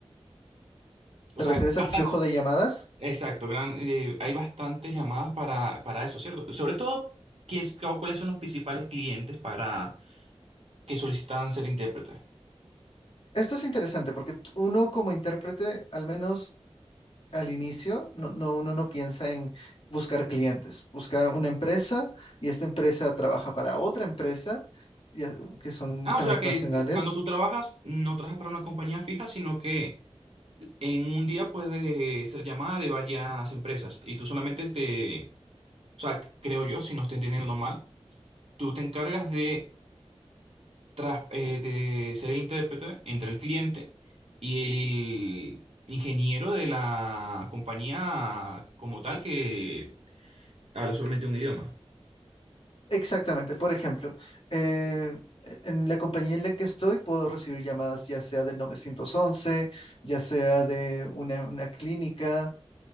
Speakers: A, on the right; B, on the left.
A: o
B: ¿Te
A: sea,
B: refieres
A: bastante,
B: al flujo de llamadas?
A: exacto, gran, eh, hay bastantes llamadas para, para eso, ¿cierto? Sobre todo, ¿qué es, cu- cuáles son los principales clientes para que solicitan ser intérpretes?
B: Esto es interesante porque t- uno como intérprete, al menos al inicio, no, no, uno no piensa en buscar clientes. Busca una empresa y esta empresa trabaja para otra empresa y, eh, que son
A: Ah,
B: transnacionales.
A: o sea que cuando tú trabajas, no trabajas para una compañía fija, sino que en un día puede ser llamada de varias empresas y tú solamente te, o sea, creo yo, si no estoy entendiendo mal, tú te encargas de tras, eh, de ser el intérprete entre el cliente y el ingeniero de la compañía como tal que habla solamente un idioma.
B: Exactamente. Por ejemplo, eh, e, en la compañía en la que estoy puedo recibir llamadas ya sea del 911, ya sea de una, una clínica.